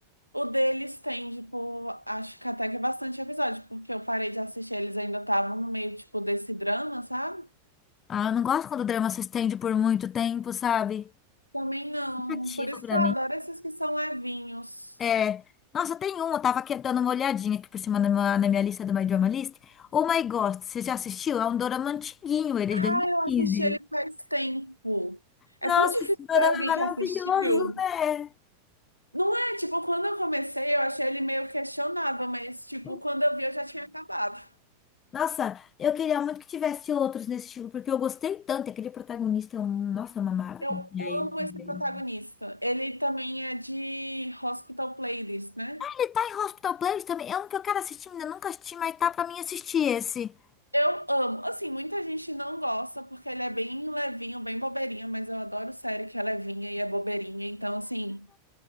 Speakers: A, on the left; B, on the left.
A: O deles tem, tipo, acho que até que é bastante episódio, porque eu parei de assistir, eles ainda estavam no meio, tipo, desse drama, sabe?
B: Ah, eu não gosto quando o drama se estende por muito tempo, sabe?
A: Também não.
B: Cansativo
A: Por isso
B: pra
A: que eu adoro
B: mim.
A: esses que são levinhos.
B: É. Nossa, tem um, eu tava aqui dando uma olhadinha aqui por cima na minha, na minha lista do My Drama List. Oh My God, você já assistiu? É um dorama antiguinho, ele
A: Ah,
B: é de dois mil e
A: eu assisti
B: quinze
A: ele faz tempo. É
B: Nossa,
A: tão difícil
B: esse dorama
A: ver alguém
B: é maravilhoso,
A: que assistiu.
B: né?
A: Não é, tipo, quando eu comecei, eu achei ele meio questionável, mas, tipo,
B: Então,
A: quando eu vi, eu já tinha acabado.
B: nossa, eu queria muito que tivesse outros nesse estilo, porque eu gostei tanto. Aquele protagonista é um, nossa, é uma maravilha
A: Eu amo
B: ele também.
A: esse protagonista. Ele também é de Hospital Playlist, né?
B: Ele tá em Hospital Playlist também, é um que eu quero assistir, ainda nunca assisti, mas tá pra mim assistir esse.
A: Eu amo. Assim, muita gente não gosta porque ele é bem levinho, bem bobeirinho, mas eu adoro série que é levinha e é bobeirinha. Então, assim,